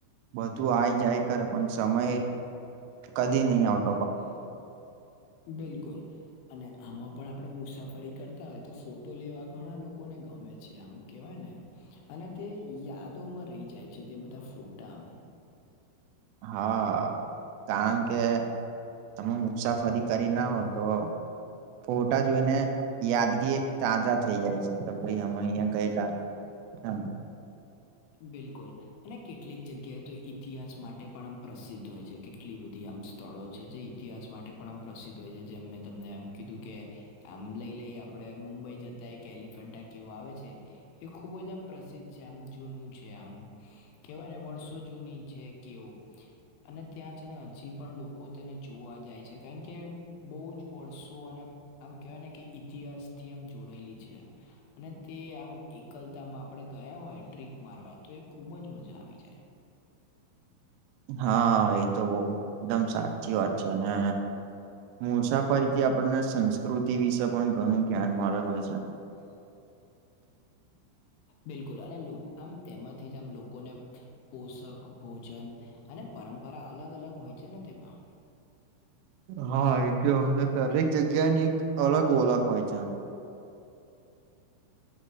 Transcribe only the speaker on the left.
હે બિલકુલ. અને આમાં પણ આપડે મુસાફરી કરતા હોય તો ફોટો લેવા ઘણા લોકોને ગમે છે આમ. કેવાય ને અને તે યાદોમાં રહી જાય છે તે બધા ફોટામ.
બિલકુલ. અને કેટલીક જગ્યા તો ઈતિહાસ માટે પણ આમ પ્રસિદ્ધ હોય છે કેટલી બધી આમ. સ્થળો છે જે ઇતિહાસ માટે પણ આમ પ્રસિદ્ધ હોય છે જેમ મેં તમને એમ કીધું કે. આમ લઈ લઈ આપડે મુંબઈ જતાય કે એલિફન્ટા કેવો આવે છે એ ખુબ જ આમ. પ્રસિદ્ધ છે આમ જૂનું છે આમ કેવાય ને વર્ષો જૂની છે કેવું. અને ત્યાં છે ને હજી પણ લોકો તેને જોવા જાય છે કારણ કે બહુ જ વર્ષો અને આમ કેવાય ને કે ઈતિહાસ થી આમ જોડાયેલી છે. અને તે આમ એકલતામાં આપે ગયા હોય ટ્રીપ મારવા તો એક. ખૂબ જ મજા આવી જાય.
હ <unintelligible> બિલકુલ અને લોકો આમ તેમાંથી જ આમ લોકોને પોષક ભોજન અને પરંપરા અલગ અલગ હોય છે ને તેમાં.